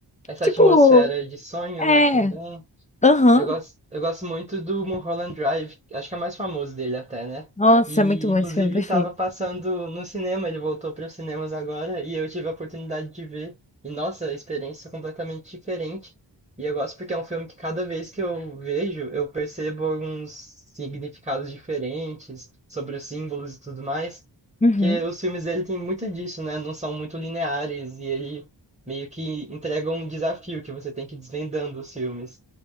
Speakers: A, on the right; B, on the left.
A: Essa
B: Tipo.
A: atmosfera de sonho,
B: É.
A: né, também.
B: Aham.
A: Eu gosto, eu gosto muito do Mulholland Drive, acho que é o mais famoso dele até, né?
B: Nossa,
A: E
B: é muito bom
A: inclusive
B: esse filme, perfeito.
A: estava passando no cinema, ele voltou para os cinemas agora e eu tive a oportunidade de ver. E nossa, a experiência é completamente diferente. E eu gosto porque é um filme que cada vez que eu vejo, eu percebo alguns significados diferentes sobre os símbolos e tudo mais.
B: Uhum.
A: Porque os filmes dele tem muito disso, né? Não são muito lineares e ele meio que entrega um desafio que você tem que ir desvendando os filmes.